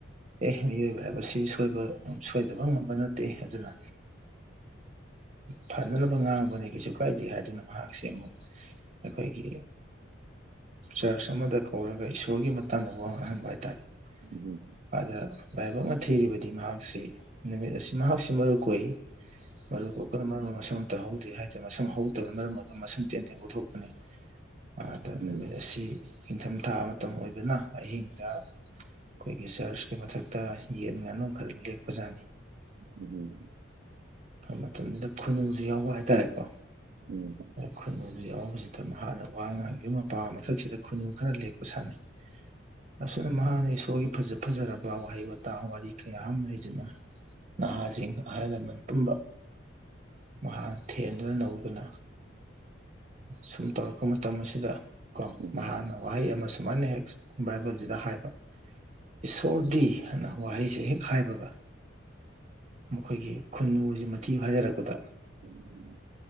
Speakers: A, on the right (about 35°); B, on the right (about 55°).
A: ꯑꯦ ꯃꯤꯑꯣꯏꯕ ꯍꯥꯏꯕ ꯁꯤꯣꯏꯕ ꯁꯣꯏꯗꯕ ꯉꯝꯕ ꯅꯠꯇꯦ ꯍꯥꯏꯅ ꯐꯅꯅꯕ ꯑꯥꯡ ꯀꯩꯁꯨ ꯀꯥꯏꯗꯦ ꯍꯥꯏꯗꯨꯅ ꯃꯍꯥꯛꯁꯦ ꯑꯃꯨꯛ ꯑꯩꯈꯣꯏꯒꯤ ꯆꯔꯆ ꯑꯃꯗ ꯀꯧꯔꯒ ꯏꯁꯣꯔꯒꯤ ꯇꯥꯟꯅꯕ ꯋꯥꯡꯅꯍꯟꯕ ꯍꯥꯏꯇꯥꯔꯦ
B: ꯎꯝ
A: ꯑꯗ ꯂꯥꯏꯕꯛ ꯊꯤꯔꯤꯕꯗꯤ ꯃꯍꯥꯛꯁꯤ ꯅꯨꯃꯤꯠ ꯑꯁꯤ ꯃꯍꯥꯛꯁꯤ ꯃꯔꯨ ꯀꯨꯏ ꯃꯔ ꯀꯁꯠꯇ <unintelligible> ꯑꯗꯨꯏ ꯍꯥꯏꯇꯥꯔꯦ ꯃꯁꯝ ꯍꯧꯗꯕꯅ ꯃꯔꯝ ꯑꯣꯏꯔꯒ ꯃꯁꯨꯝ ꯇꯦꯟ ꯇꯦꯟ ꯄꯨꯊꯣꯛꯀꯅꯤ ꯑꯗ
B: ꯎꯝ
A: ꯅꯨꯃꯤꯠ ꯑꯁꯤ ꯅꯤꯡꯪꯊꯝꯊꯥ ꯃꯇꯝ ꯑꯣꯏꯕꯅ ꯑꯍꯤꯡꯗ ꯑꯩꯈꯣꯏꯒꯤ ꯆꯔꯆꯀꯤ ꯃꯊꯛꯇ ꯌꯦꯟ ꯉꯥꯅꯨ ꯈꯔ ꯂꯦꯛꯄꯖꯥꯠꯅꯤ
B: ꯎꯝ
A: ꯃꯇꯝꯗꯨꯗ ꯈꯨꯅꯨꯡꯁꯨ ꯌꯥꯎꯕ ꯍꯥꯏꯇꯥꯔꯦꯀꯣ
B: ꯎꯝ
A: ꯈꯨꯟꯅꯨꯗꯨ ꯌꯥꯎꯕꯁꯤꯗ ꯃꯍꯥꯛꯅ ꯋꯥ ꯉꯥꯡꯈꯤꯕ ꯃꯄꯥ ꯃꯊꯛꯁꯤꯗ ꯈꯨꯟꯅꯨ ꯈꯔ ꯂꯦꯛꯄ ꯁꯥꯟꯅꯩ <unintelligible> ꯑꯁꯨꯝꯅ ꯃꯍꯥꯛꯅ ꯏꯁꯣꯔꯒꯤ ꯐꯖ ꯐꯖꯔꯕ ꯋꯥꯍꯩ ꯋꯥꯇꯥ ꯋꯥꯔꯤ ꯀꯌꯥ ꯑꯃ ꯂꯩꯖꯅꯩ ꯅꯍꯥꯁꯤꯡ ꯑꯍꯜ ꯂꯃꯟ ꯄꯨꯝꯕ ꯃꯍꯥꯛ ꯊꯦꯟꯗꯨꯅ ꯅꯧꯕꯅ ꯑꯁꯨꯝ ꯇꯧꯔꯛꯄ ꯃꯇꯝ ꯑꯁꯤꯗ ꯀꯣ
B: ꯎꯝ
A: ꯃꯍꯥꯛꯅ ꯋꯥꯍꯩ ꯑꯃ ꯁꯨꯃꯥꯏꯅ ꯍꯦꯛ ꯕꯥꯏꯕꯜꯁꯤꯗ ꯍꯥꯏꯕ ꯏꯁꯣꯔꯗꯤ ꯍꯥꯏꯅ ꯋꯥꯍꯩꯁꯦ ꯍꯦꯛ ꯍꯥꯏꯕꯒ ꯃꯈꯣꯏꯒꯤ ꯈꯨ ꯈꯨꯟꯅꯨꯁꯤ ꯃꯊꯤ ꯍꯥꯏꯖꯔꯛꯄꯗ
B: ꯎꯝ